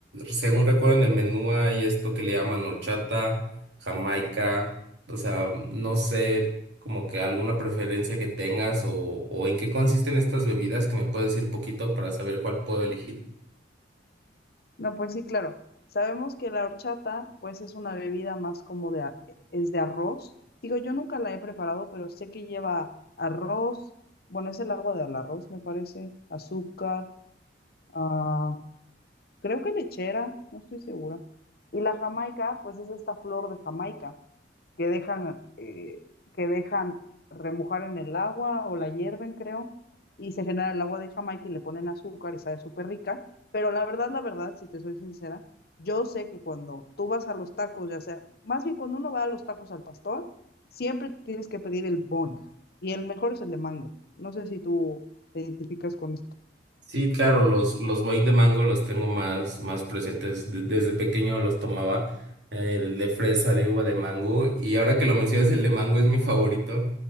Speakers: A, on the right; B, on the left.
A: según recuerdo en el menú hay esto que le llaman horchata, jamaica. O sea, no sé como que alguna preferencia que tengas o, o en qué consisten estas bebidas que me puedes decir poquito para saber cuál puedo elegir.
B: No, pues sí, claro. Sabemos que la horchata, pues es una bebida más como de, a- es de arroz. Digo, yo nunca la he preparado, pero sé que lleva arroz, bueno, es el agua del arroz, me parece, azúcar, ah, creo que lechera, no estoy segura. Y la jamaica, pues es esta flor de Jamaica. que dejan, eh, que dejan remojar en el agua o la hierven, creo, y se genera el agua de Jamaica y le ponen azúcar y sabe súper rica. Pero la verdad, la verdad, si te soy sincera, yo sé que cuando tú vas a los tacos, ya sea, más bien cuando uno va a los tacos al pastor, siempre tienes que pedir el boing. Y el mejor es el de mango. No sé si tú te identificas con esto.
A: Sí, claro, los, los Boing de mango los tengo más, más presentes. De- desde pequeño los tomaba eh, de de fresa, de uva, de mango. Y ahora que lo mencionas, el de mango es mi favorito.